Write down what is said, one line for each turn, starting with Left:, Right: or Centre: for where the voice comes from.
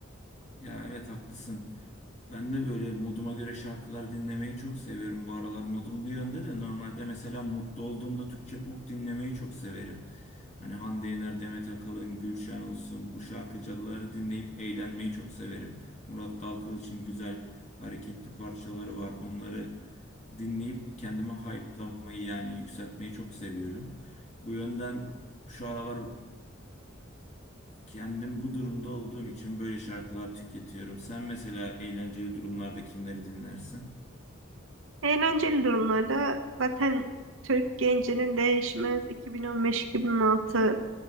Left: Ya evet haklısın. Ben de böyle moduma göre şarkılar dinlemeyi çok seviyorum. Bu aralar modum bu yönde de normalde mesela mutlu olduğumda Türkçe pop dinlemeyi çok severim. Hani Hande Yener, Demet Akalın, Gülşen olsun bu şarkıcıları dinleyip eğlenmeyi çok severim. Murat Dalkılıç'ın güzel hareketli parçaları var. Onları dinleyip kendimi hype'lamayı yani yükseltmeyi çok seviyorum. Bu yönden şu aralar Kendim bu durumda olduğum için böyle şarkılar tüketiyorum. Sen mesela eğlenceli durumlarda kimleri dinlersin?
Right: Eğlenceli durumlarda zaten Türk gencinin değişmez 2015-2016